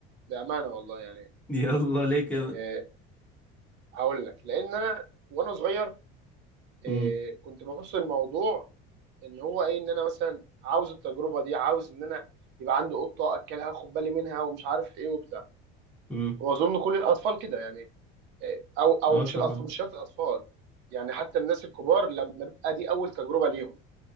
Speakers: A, on the right (about 55°); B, in the centre.
A: بامانه والله يعني
B: <laughs> يلا ليه كده
A: آه، هقول لك لان انا وانا صغير إيه
B: امم
A: كنت ببص الموضوع ان هو ايه ان انا مثلا عاوز التجربه دي عاوز ان انا يبقى عندي قطه اكلها واخد بالي منها ومش عارف ايه وبتاع
B: امم
A: واظن كل الاطفال كده يعني إيه او او
B: اه
A: مش
B: طبعا
A: الاطفال مش شرط الاطفال يعني حتى الناس الكبار لما بيبقى دي اول تجربه ليهم